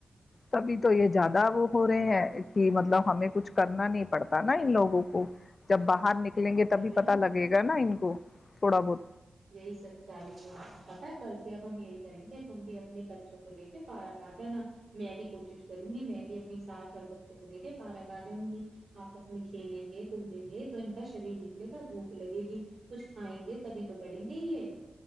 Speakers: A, on the left; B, on the right.
A: تبھی تو یہ زیادہ وہ ہو رہے ہیں کہ مطلب ہمیں کچھ کرنا نہیں پڑتا نا ان لوگوں کو جب باہر نکل نکلیں گے
B: بہن
A: تبھی پتا لگے گا نا ان کو تھوڑا بہت
B: یہی سب چاہیے پتا کل سے اب ہم یہی کریں گے تم بھی اب اپنے بچوں کو لے پارک آ جانا میں بھی کوشش کروں گی میں بھی اپنی ساس اور بچوں کو لے کے پارک آ جاؤں گی آپس میں کھیلیں گے کود دیں گے تو ان کا شریر نکلے گا بھوک لگے گی کچھ کھائیں گے تبھی تو بڑھیں گے یہ